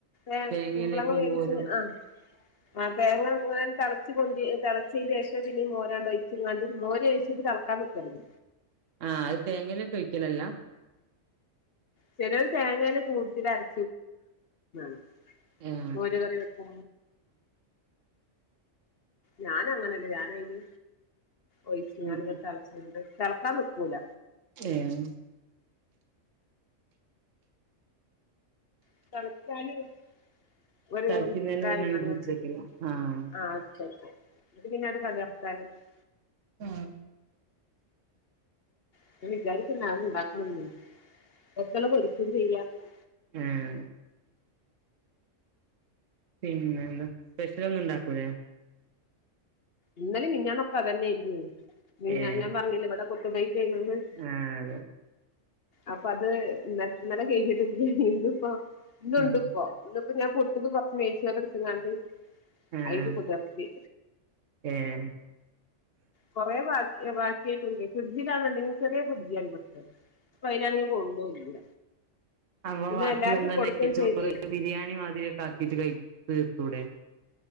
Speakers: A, on the left; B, on the right.
A: ഏഹ്
B: തേങ്ങയിലേക്ക്
A: കുമ്പളങ്ങ വേവിച്ച്
B: ഈ മോര്
A: ആഹ് ആഹ് തേങ്ങ <unintelligible> <unintelligible> തിളച്ചതിന് ശേഷം പിന്നെ മോരാണ്ട് ഒഴിച്ചങ്ങാണ്ട് മോര് ഒഴിച്ചിട്ട് ഇത് ഇളക്കാൻ നിക്കരുത്
B: ആഹ് അത് തേങ്ങയിലിട്ട് വെക്കലല്ല
A: ചിലര് തേങ്ങേല് കൂടുതല് <unintelligible>
B: ആഹ്
A: മോര് കറി വെക്കു ഞാൻ അങ്ങനല്ല ഞാൻ അതിന് ഒഴിച്ച് ഇങ്ങന
B: ഉം
A: തിളച്ചണ്ട് തിളക്കാൻ നിക്കൂല
B: ഏഹ്
A: <unintelligible>
B: തളിക്കുന്നേന് മുന്നേ കീച്ച് വെക്കലാ
A: <unintelligible>
B: ആഹ് ഉം
A: <unintelligible>
B: ആഹ് പിന്നെന്താ സ്പെഷ്യലൊന്നും ഉണ്ടാക്കൂലേ
A: ഇന്നലേം മിനിഞ്ഞാന്നൊക്കെ അതന്നേരുന്നു മിനിഞ്ഞാന്ന്
B: ഏഹ്
A: ഞാൻ പറഞ്ഞില്ലേ ഇവിടെ കൊത്തു <unintelligible>
B: ആഹ് അതെ
A: അപ്പ അത് നല്ല കേഴ്ഞ്ഞിട്ട് ബിയാണിത് ഇപ്പൊ ഇന്ന്
B: ഉം
A: ഇണ്ട് ഇപ്പോ ഇന്നിപ്പോ ഞാൻ പൊട്ട് കൊറച്ച് നെയ്ച്ചോറ് എടുത്ത്ക്കാണ്ട്
B: ആഹ്
A: അയ്ത് കുതർത്തി
B: ഏഹ്
A: കൊറേ ബാക്കിയാ ബാക്കിയിട്ടുണ്ട് ഫ്രിഡ്ജിലാണണ്ടെങ്കിൽ ചെറിയ ഫ്രിഡ്ജല്ലേ അപ്പൊ അയ്നാണെ കൊള്ളൂല്ല
B: അപ്പ
A: പിന്നെ
B: ബാക്കി
A: എല്ലാർക്കും
B: വന്ന
A: കൊടുക്കും
B: നെയ്ച്ചോറ്
A: ചെയ്തേ
B: ബിരിയാണി മാതിരി ഒക്കെ ആക്കീട്ട് കഴി തീർത്തൂടെ